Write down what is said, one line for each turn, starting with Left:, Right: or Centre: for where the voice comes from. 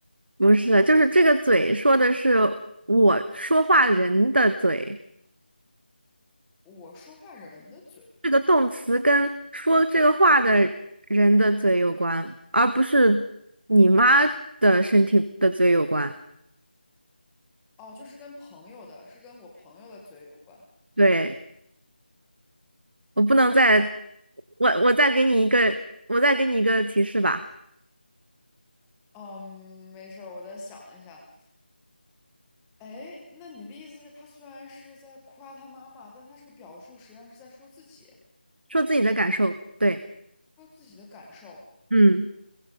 Right: 不是，就是这个嘴说的是我说话人的嘴，
Centre: 我说话人的嘴
Right: 这个动词跟说这个话的人的嘴有关，而不是你妈的身体的嘴有关。
Centre: 哦，就是跟朋友的，是跟我朋友的嘴有关。
Right: 对。我不能再，我我再给你一个，我再给你一个提示吧，
Centre: 哦嗯，没事儿，我再想一下。哎，那你的意思是，他虽然是在夸他妈妈，但他这个表述实际上是在说自己，
Right: 说自己的感受。对，
Centre: 说自己的感受。
Right: 嗯，